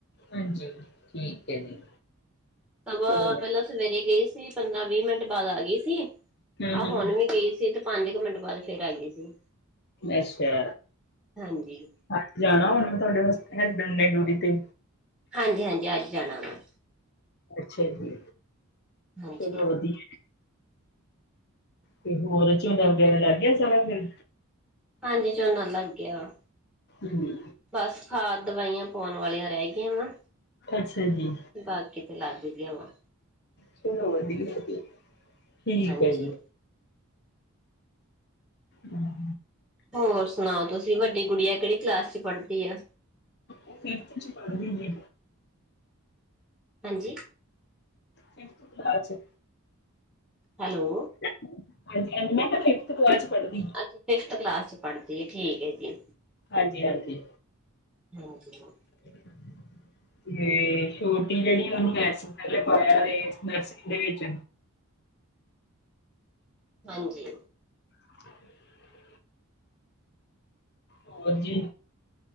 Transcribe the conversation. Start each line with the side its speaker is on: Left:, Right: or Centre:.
Left: ਹਾਂਜੀ ਠੀਕ ਹੈ ਜੀ
Centre: ਸਗੋ
Left: ਚਲੋ ਵਧੀਆ।
Centre: ਪਹਿਲਾਂ ਸਵੇਰੇ ਗਈ ਸੀ ਪੰਦਰਾਂ, ਵੀਹ ਮਿੰਟ ਬਾਅਦ ਆ ਗਈ ਸੀ।
Left: ਹੂੰ
Centre: ਆਹ ਹੁਣ
Left: ਹੂੰ
Centre: ਵੀ ਗਈ ਸੀ, ਤੇ ਪੰਜ ਕੁ ਮਿੰਟ ਬਾਅਦ ਫੇਰ ਆ ਗਈ ਸੀ
Left: ਅੱਛਾ।
Centre: ਹਾਂਜੀ।
Left: ਅੱਜ ਜਾਣਾ ਹੁਣ ਮੈਂ ਤੁਹਾਡੇ ਹੈਸਬੈਂਡ ਨੇ ਡਿਊਟੀ ਤੇ'
Centre: ਹਾਂਜੀ, ਹਾਂਜੀ ਅੱਜ ਜਾਣਾ ਵਾ।
Left: ਅੱਛਾ ਜੀ,
Centre: ਹਾਂਜੀ
Left: ਚਲੋ ਵਧੀਆ ਤੇ ਹੋਰ ਝੋਨਾ, ਵਗੈਰਾ ਲੱਗ ਗਿਆ ਸਾਰਾ ਫਿਰ।
Centre: ਹਾਂਜੀ, ਝੋਨਾ ਲੱਗ ਗਿਆ ਵਾ।
Left: ਹੂੰ
Centre: ਬਸ ਖਾਦ, ਦਵਾਈਆਂ ਪਾਉਣ ਵਾਲੀਆਂ ਰਹਿ ਗਈਆਂ ਵਾ,
Left: ਅੱਛਾ ਜੀ।
Centre: ਬਾਕੀ ਤਾਂ ਲੱਗ ਗਿਆ ਵਾ।
Left: ਚਲੋ ਵਧੀਆ ਜੀ, ਠੀਕ
Centre: ਹਾਂਜੀ
Left: ਹੈ ਜੀ। ਹੂੰ
Centre: ਹੋਰ ਸੁਣਾਓ ਤੁਸੀਂ ਵੱਡੀ ਗੁੱਡੀਆ ਕਿਹੜੀ ਕਲਾਸ ਚ ਪੜ੍ਹਦੀ ਆ।
Left: ਓ ਫਿਫ਼ਥ ਚ ਪੜ੍ਹਦੀ ਜੇ।
Centre: ਹਾਂਜੀ।
Left: ਫਿਫਥ ਕਲਾਸ ਚ
Centre: ਹੈਲੋ!
Left: ਹਾਂਜੀ, ਹਾਂਜੀ ਮੈਂ ਕਿਆ ਫਿਫਥ ਕਲਾਸ ਚ ਪੜ੍ਹਦੀ।
Centre: ਅੱਛਾ, ਫਿਫਥ ਕਲਾਸ ਚ ਪੜ੍ਹਦੀ ਹੈ, ਠੀਕ ਹੈ ਜੀ।
Left: ਹਾਂਜੀ-ਹਾਂਜੀ।
Centre: ਹੋਰ ਦਸੋ?
Left: <unintelligible> ਤੇ ਛੋਟੀ ਜਿਹੜੀ ਉਹਨੂੰ ਏਸ ਸਾਲ ਹੀ ਪਾਇਆ ਵੇ ਨਰਸਰੀ ਦੇ ਵਿਚ।
Centre: ਹਾਂਜੀ।
Left: <unintelligible> ਹੋਰ ਜੀ